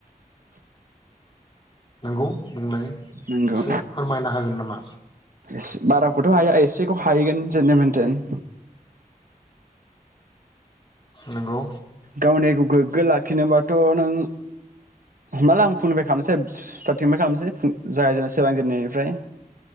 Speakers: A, on the left; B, on the right.
A: नंगौ बुंलाय।
B: नोंगौ
A: एसे फोरमायनो हागोन नामा?
B: एस बाराखौथ' हाया एसेखौ हाहिगोन जेनबेन टेन
A: नंगौ।
B: गावनिगौ गोग्गो लाखिनोबा थ नों हमनाला आं फुंनिफ्राय खालामनोसै स्टारटिंनिफाय खालामनोसै फुं जायजाय सोरांजेननायनिफ्राय।